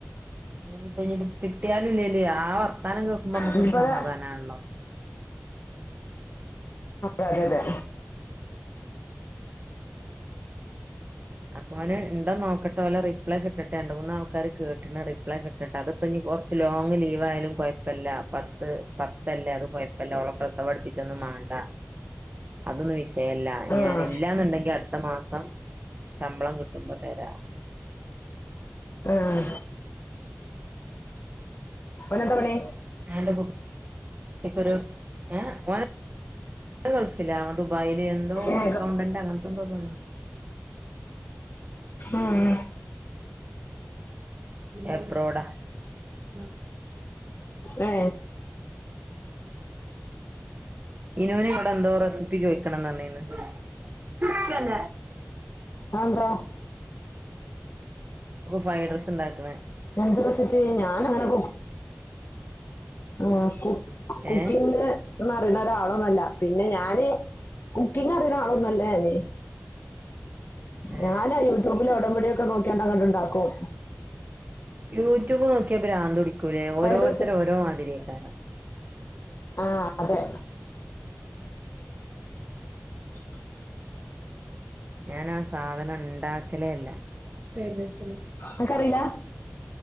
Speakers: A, on the right; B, on the left.
A: പിന്നെ ഇനിപ്പം ഇത് കിട്ടിയാലും ഇല്ലെ ആ വർത്താനം കേക്കുമ്പോ മുക്കൊരു
B: ഇനിയിപ്പോ
A: സമാധാനാണല്ലോ
B: അതെ അതെതെ
A: അപ്പൊ ഓന് ഇണ്ടോ നോക്കട്ടെ ഓലെ റിപ്ലൈ കിട്ടട്ടെ രണ്ട് മൂന്ന് ആൾക്കാര് കേട്ട്ണ് റിപ്ലൈ കിട്ടട്ടെ അത്പ്പോ കൊർച്ച് ലോങ് ലീവ് ആയാലും കൊഴപ്പല്ല പത്ത് പത്തല്ലേ അത് കൊഴപ്പല്ല ഓളെ പ്രസവ അട്പ്പിച്ചൊന്നും മാണ്ട അതൊന്നും വിശയല്ല ഞാൻ
B: ഉം
A: ഇല്ലാന്നുണ്ടെങ്കി അടുത്ത മാസം ശമ്പളം കിട്ടുമ്പോ തരാം
B: ഉം ഓനെന്താ പണി
A: <unintelligible> കുട്ടിക്ക് ഒരു ഹേ ഓൻ ഗൾഫിലാ ദുബായില് എന്തോ
B: ഏ
A: അക്കൗണ്ടന്റ് അങ്ങനത്തെ എന്തോ പ
B: ഉം
A: എബ്രോട് ആഹാ
B: ഏ
A: ഇനി ഓന് ഇവിടെ എന്തോ റെസിപ്പി ചോയ്ക്കണോന്ന് പറനിന്ന്
B: അതെന്താ
A: ഇപ്പൊ ഫൈഡ്രെയ്സ് ഉണ്ടാക്ക്‌ണേ
B: എന്റെ റെസിപ്പി ഞാനങ്ങനെ ഫു ഓഹ് സ്ക്കൂ കുക്കിംങ്
A: ഏ
B: <unintelligible> അറിയണ ഒരാളൊന്നല്ല പിന്നെ ഞാന് കുക്കിങ് അറിണേ ആളൊന്നുല്ല ഞാന്
A: ഏ
B: ഞാനാ യൂട്യൂബില് ഓടമ്പടി ക്കെ നോക്കി <unintelligible> ണ്ടാക്കും.
A: യൂട്യൂബ് നോക്ക്യ ഭ്രാന്ദ് ഉടി കുലേ. ഓരോര്ത്തരും
B: ഫ്രൈഡ് റൈസ്
A: ഓരോ മാതിരയ്ക്കാരം.
B: ആഹ് അതെ <unintelligible>
A: ഞാനാ സാധനം ണ്ടാക്കലേ അല്ല. ഫെയ്ടേസ ലെ
B: അൻക്കറീലാ?